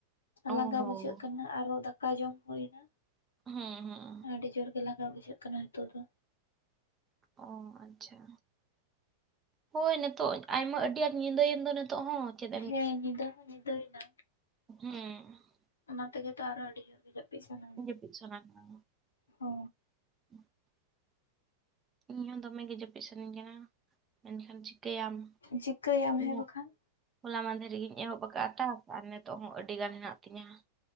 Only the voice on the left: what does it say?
ᱞᱟᱸᱜᱟ
ᱵᱩᱡᱷᱟᱹᱜ ᱠᱟᱱᱟ ᱟᱨᱦᱚ ᱫᱟᱠᱟ ᱡᱚᱢ ᱦᱩᱭᱱᱟ
ᱟᱹᱰᱤ ᱡᱳᱨ ᱜᱮ ᱞᱟᱸᱜ ᱞᱟᱸᱜᱟ ᱵᱩᱡᱷᱟᱹᱜ ᱠᱟᱱᱟ ᱦᱤᱛᱚᱜ ᱫᱚ
ᱦᱮᱸ ᱧᱤᱫᱟᱹ ᱦᱚᱸ ᱧᱤᱫᱟᱹᱭᱱᱟ
ᱚᱱᱟ ᱛᱮᱜ ᱛᱚ ᱟᱨᱚ ᱟᱹᱰᱤ ᱡᱳᱨ ᱜᱮ ᱡᱟᱹᱯᱤᱫ ᱥᱟᱱᱟ
<unintelligible> ᱦᱚ,
ᱪᱤᱠᱟᱹᱭᱟᱢ
ᱦᱮ ᱵᱟᱠᱷᱟᱱ,